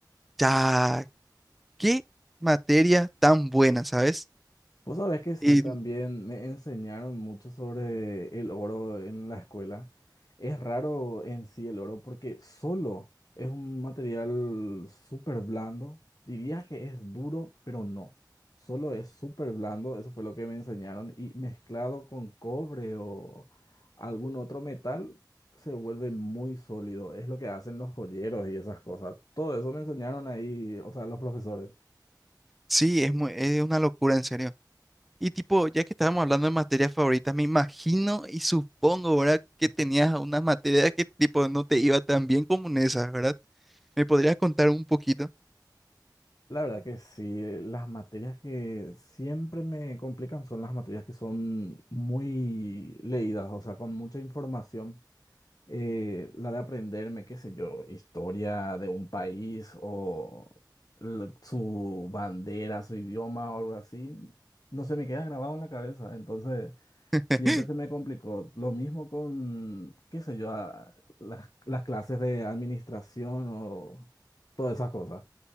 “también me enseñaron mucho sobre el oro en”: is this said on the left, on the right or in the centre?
Left